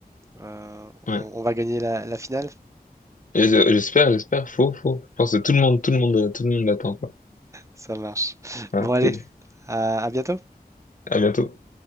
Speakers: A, on the right (about 20°); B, on the left (about 55°).
A: euh,
B: ouais.
A: on, on va gagner la, la finale.
B: Et je- J'espère, j'espère. Faux, faux. Je pense que tout le monde, tout le monde, tout le monde l'attend, quoi.
A: Ça marche.
B: Ouais,
A: Bon, allez,
B: cool.
A: à à bientôt.
B: À bientôt.